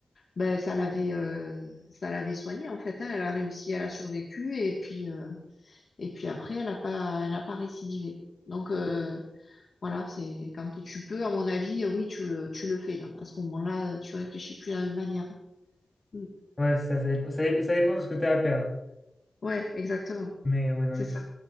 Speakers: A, on the left (about 50°); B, on the left (about 20°).
A: ben, ça l'avait euh, ça l'avait soignée en fait. hein. Elle a réussi, elle a survécu et puis euh, et puis après elle a pas elle a pas récidivé. Donc euh, voilà, c'est quand tu peux, à mon avis, euh, oui, tu le tu le fais là. À ce moment-là, tu réfléchis plus de la même manière. Mm.
B: Ouais, ça, ça dépend, ça dé- ça dépend de ce que tu as à perdre.
A: Ouais, exactement,
B: Mais ouais, non,
A: c'est
B: du
A: ça.
B: coup,